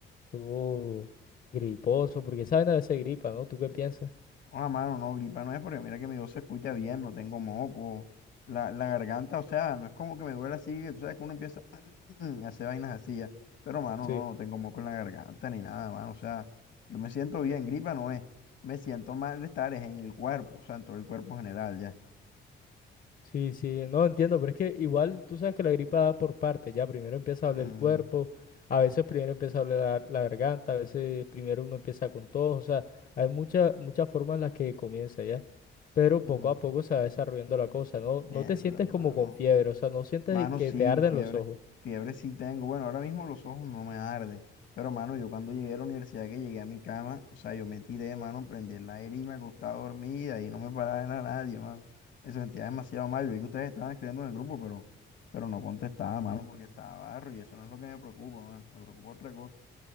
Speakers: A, on the left (about 45°); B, on the left (about 65°).
A: todo griposo, porque saben a veces gripa, ¿no? ¿Tú qué piensas?
B: Ah, mano, no, gripa no es porque mira que mi voz se escucha bien, no tengo moco. La, la garganta, o sea, no es como que me duele así, que tú sabes que uno empieza <clears throat> a hacer vainas así ya. Pero, mano,
A: Sí.
B: no, no tengo moco en la garganta ni nada, mano. O sea, yo me siento bien, gripa no es. Me siento malestar es en el cuerpo, o sea, en todo el cuerpo general ya.
A: Sí, sí, no entiendo, pero es que igual tú sabes que la gripa da por partes, ya primero empieza a doler
B: Mm,
A: el cuerpo, a veces primero empieza a doler la, la garganta, a veces primero uno empieza con tos, o sea, hay muchas muchas formas en las que comienza ya, pero
B: mm,
A: poco a poco se va desarrollando la cosa, no
B: mierda,
A: no te sientes
B: mano.
A: como con fiebre, o sea, no sientes
B: Mano,
A: que
B: sí,
A: te arden
B: fiebre.
A: los ojos.
B: Fiebre sí tengo. Bueno, ahora mismo los ojos no me arden. Pero, mano, yo cuando llegué a la universidad, que llegué a mi cama, o sea, yo me tiré, mano, prendí el aire y me acostaba dormida y no me paraba de nada nadie, mano. Me sentía demasiado mal. Yo vi que ustedes estaban escribiendo en el grupo, pero, pero no contestaba, mano, porque estaba barro y eso no es lo que me preocupa, mano. Me preocupa otra cosa.